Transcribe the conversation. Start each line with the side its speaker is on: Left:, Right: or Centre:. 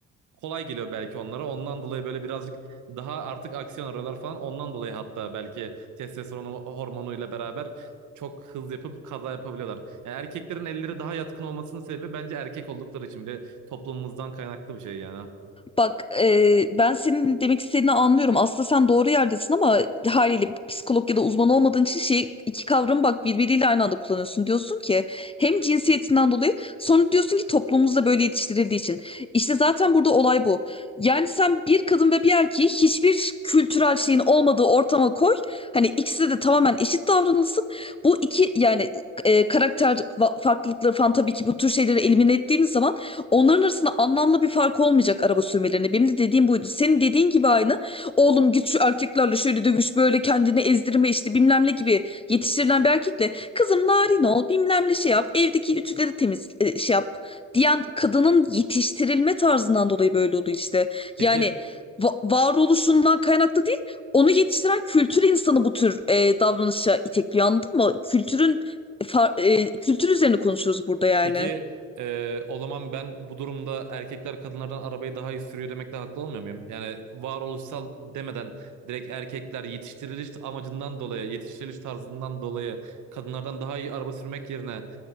Right: kolay geliyor belki onlara. Ondan dolayı böyle birazcık daha artık aksiyon arıyorlar falan. Ondan dolayı hatta belki testosteron hormonuyla beraber çok hız yapıp kaza yapabiliyorlar. Yani erkeklerin elleri daha yatkın olmasının sebebi bence erkek oldukları için bir de toplumumuzdan kaynaklı bir şey yani.
Left: Bak e, ben senin demek istediğini anlıyorum. Aslında sen doğru yerdesin ama haliyle psikolog ya da uzman olmadığın için şey iki kavramı bak birbiriyle aynı anda kullanıyorsun. Diyorsun ki hem cinsiyetinden dolayı sonra diyorsun ki toplumumuzda böyle yetiştirildiği için. İşte zaten burada olay bu. Yani sen bir kadın ve bir erkeği hiçbir kültürel şeyin olmadığı ortama koy. Hani ikisi de tamamen eşit davranılsın. Bu iki yani e, karakter va- farklılıkları falan tabii ki bu tür şeyleri elimine ettiğimiz zaman onların arasında anlamlı bir fark olmayacak araba sürmelerine. Benim de dediğim buydu. Senin dediğin gibi aynı. Oğlum git şu erkeklerle şöyle dövüş böyle kendini ezdirme işte bilmem ne gibi yetiştirilen bir erkekle kızım narin ol bilmem ne şey yap evdeki ütüleri temiz e, şey yap diyen kadının yetiştirilme tarzından dolayı böyle oldu işte.
Right: Peki
Left: Yani va- varoluşundan kaynaklı değil onu yetiştiren kültür insanı bu tür e, davranışa itekliyor anladın mı? Kültürün far- e, kültür üzerine konuşuyoruz burada yani.
Right: Peki e, o zaman ben bu durumda erkekler kadınlardan arabayı daha iyi sürüyor demekle haklı olmuyor muyum? Yani varoluşsal demeden direkt erkekler yetiştiriliş amacından dolayı, yetiştiriliş tarzından dolayı kadınlardan daha iyi araba sürmek yerine,